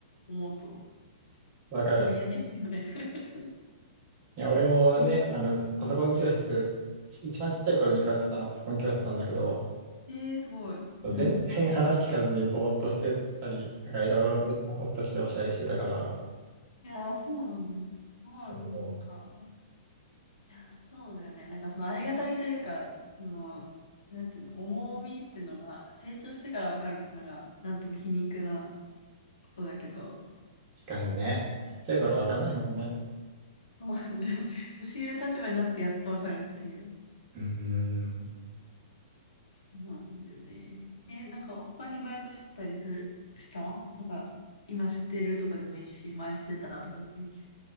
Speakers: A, on the left; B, on the right.
A: 思うと、
B: う。わかる。
A: もう言えないんだよね。<laughs>
B: いや、俺もね、あの、パソコン教室、ち一番ちっちゃい頃に通ってたのはパソコン教室なんだけど、
A: ええー、すごい。うん。
B: 全然話聞かずにぼーっとしてたり、なんかいろいろ別のソフト起動したりしてたから、
A: いやー、そうなん、そうなのか。
B: そう、
A: いやー、そうだよね。なんかそのありがたみというか、その、なんていうの、重みっていうのが、成長してからわかるっていうのが、なんとも皮肉なことだけど、
B: 確かにね、ちっちゃい頃わかんないもんね。
A: <laughs> そうなんだよ。<laughs> 教える立場になってやっとわかるっていう。
B: うーん。
A: そうなんだよね。え、なんか他にバイトしてたりする、したなんか、今知ってるとかでもいいし、前してたとかでもいいけど。